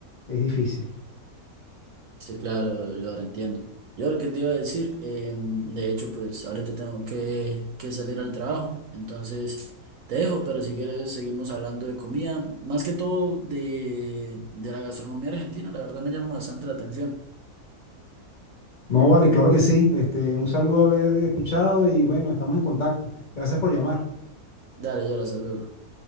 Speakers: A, on the left; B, on the right.
A: es difícil.
B: Sí, claro, yo ahora entiendo. Yo lo que te iba a decir, eh, de hecho, pues ahorita tengo que, que salir al trabajo, entonces te dejo, pero si quieres seguimos hablando de comida, más que todo de, de la gastronomía argentina, la verdad me llama bastante la atención.
A: No, vale, claro que sí. Este, un saludo haber escuchado y bueno, estamos en contacto. Gracias por llamar.
B: Dale, yo hasta luego.